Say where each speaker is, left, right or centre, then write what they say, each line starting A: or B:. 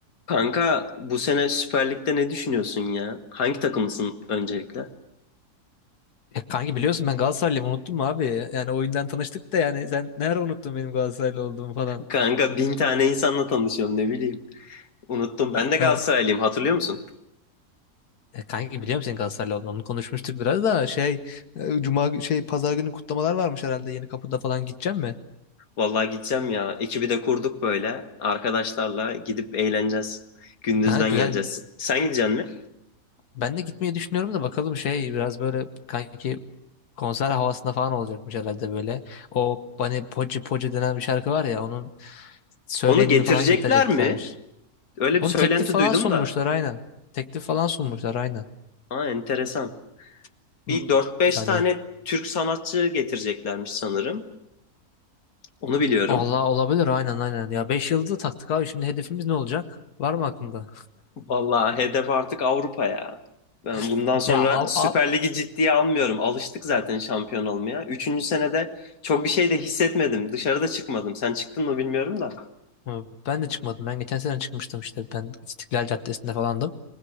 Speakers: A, on the left (about 65°); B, on the left (about 80°).
A: Kanka bu sene Süper Lig'de ne düşünüyorsun ya? Hangi takımlısın öncelikle?
B: Ya kanki biliyorsun ben Galatasaraylıyım unuttum mu abi? Yani oyundan tanıştık da yani sen ne ara unuttun benim Galatasaraylı olduğumu falan.
A: Kanka bin tane insanla tanışıyorum ne bileyim. Unuttum ben de Galatasaraylıyım
B: Ha.
A: hatırlıyor musun?
B: E, kanki biliyorum senin Galatasaraylı olduğunu onu konuşmuştuk biraz da şey e, Cuma gü- şey Pazar günü kutlamalar varmış herhalde Yeni Kapı'da falan gideceğim mi?
A: Vallahi gideceğim ya. Ekibi de kurduk böyle. Arkadaşlarla gidip eğleneceğiz. Gündüzden
B: Ha güzel
A: geleceğiz. Sen gideceksin mi?
B: ben de gitmeyi düşünüyorum da bakalım şey biraz böyle kanki konser havasında falan olacakmış herhalde böyle. O hani Poci Poci denen bir şarkı var ya onun söyleyenini
A: Onu getirecekler
B: falan getireceklermiş.
A: mi? Öyle
B: Onun
A: bir söylenti
B: teklif falan
A: duydum
B: sunmuşlar
A: da.
B: aynen. Teklif falan sunmuşlar aynen.
A: Aa enteresan.
B: Hmm,
A: Bir dört beş
B: Yani
A: tane Türk sanatçı getireceklermiş sanırım. Onu biliyorum.
B: Allah olabilir aynen aynen. Ya 5 yıldızı taktık abi şimdi hedefimiz ne olacak? Var mı aklında?
A: Vallahi hedef artık Avrupa ya. Ben bundan
B: <laughs>
A: sonra
B: Ya av-
A: Süper
B: av-
A: Lig'i ciddiye almıyorum. Alıştık zaten şampiyon olmaya. Üçüncü senede çok bir şey de hissetmedim. Dışarıda çıkmadım. Sen çıktın mı bilmiyorum da.
B: Hı, ben de çıkmadım. Ben geçen sene çıkmıştım işte. Ben İstiklal Caddesi'nde falandım.